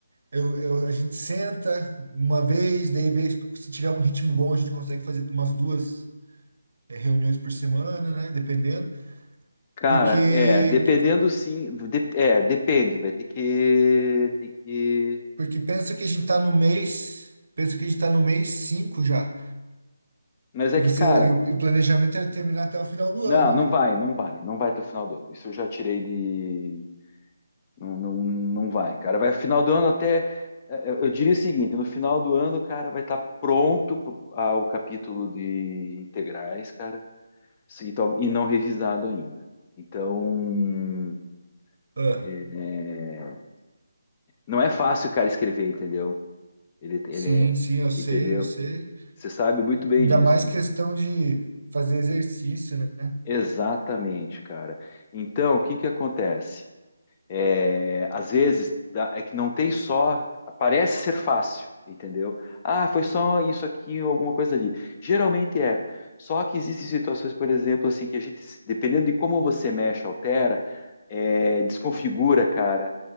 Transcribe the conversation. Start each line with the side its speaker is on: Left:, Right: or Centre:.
Right: Eu, eu- a gente senta uma vez, daí vez, se tiver um ritmo bom, a gente consegue fazer umas duas eh, reuniões por semana, né? Dependendo.
Left: Cara,
Right: Porque,
Left: é, dependendo sim, de- é, depende, vai ter que, tem que,
Right: porque pensa que a gente tá no mês, pensa que a gente tá no mês 5 já.
Left: mas é
Right: E
Left: que,
Right: você,
Left: cara,
Right: e o, e o planejamento é terminar até o final do
Left: não,
Right: ano,
Left: não
Right: né?
Left: vai, não vai, não vai até o final do ano, isso eu já tirei de, não, não, não vai, cara, vai final do ano até, é, eu eu diria o seguinte, no final do ano, cara, vai estar pronto pro- ah, o capítulo de integrais, cara, e tal- e não revisado ainda, então,
Right: Ah,
Left: é, é, não é fácil, cara, escrever, entendeu? Ele, ele
Right: sim,
Left: é,
Right: sim, eu sei,
Left: entendeu?
Right: eu sei.
Left: Você sabe muito
Right: E Ainda
Left: bem disso,
Right: mais
Left: né?
Right: questão de fazer exercício, né?
Left: Exatamente, cara. Então, o que que acontece? É, às vezes dá- é que não tem só, parece ser fácil, entendeu? Ah, foi só isso aqui ou alguma coisa ali. Geralmente é. Só que existem situações, por exemplo, assim, que a gente, dependendo de como você mexe, altera, é, desconfigura, cara.